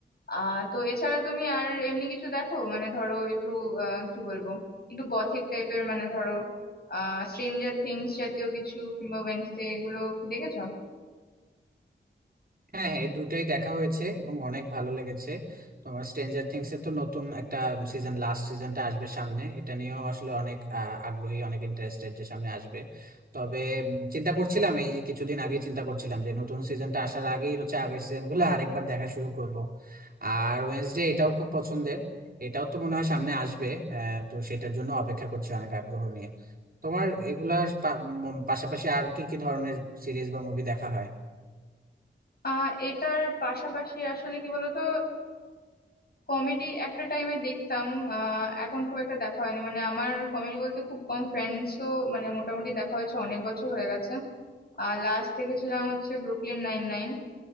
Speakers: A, on the left (about 50°); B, on the right (about 50°).
A: আহ তো এছাড়া তুমি আর এমনি কিছু দেখো মানে ধরো একটু আহ কি বলবো একটু গথিক টাইপের মানে ধরো আহ স্ট্রেঞ্জার থিংস জাতীয় কিছু কিংবা ওয়েনসডে এগুলো কি দেখেছো
B: হ্যাঁ হ্যাঁ এই দুটাই দেখা হয়েছে এবং অনেক ভালো লেগেছে তোমার স্ট্রেঞ্জার থিংস এর তো নতুন একটা সিজন লাস্ট সিজনটা আসবে সামনে এটা নিয়েও আসলে অনেক আহ, আগ্রহী অনেক ইন্টারেস্টেড যে সামনে আসবে তবে উম, চিন্তা করছিলাম এই কিছুদিন আগে চিন্তা করছিলাম যে নতুন সিজনটা আসার আগেই হচ্ছে আগের সিজনগুলো আরেকবার দেখা শুরু করব আর ওয়েনসডে এটাও খুব পছন্দের এটাও তো মনে হয় সামনে আসবে আহ, তো সেটার জন্য অপেক্ষা করছি অনেক আগ্রহ নিয়ে তোমার এগুলার পা- উম, পাশাপাশি আর কি কি ধরনের সিরিজ বা মুভি দেখা হয়
A: আহ এটার পাশাপাশি আসলে কি বলতো কমেডি একটা টাইমে দেখতাম আহ, এখন খুব একটা দেখা হয়নি মানে আমার কমেডি বলতে খুব কম ফ্রেন্ডসও মানে মোটামুটি দেখা হয়েছে অনেক বছর হয়ে গেছে আর লাস্ট দেখেছিলাম হচ্ছে ব্রুকলিন নাইন নাইন